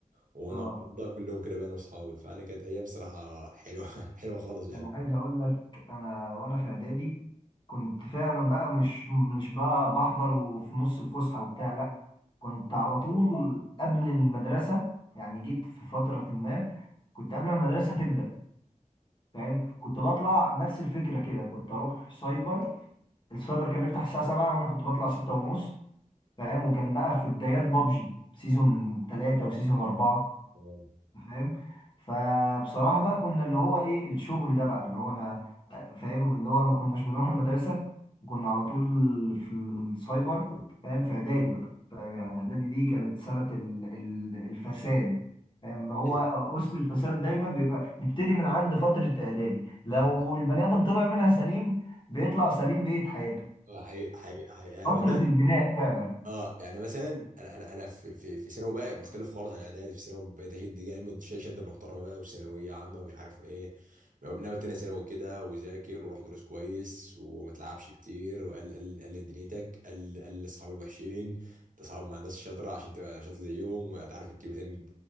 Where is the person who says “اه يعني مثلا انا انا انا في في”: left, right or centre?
Right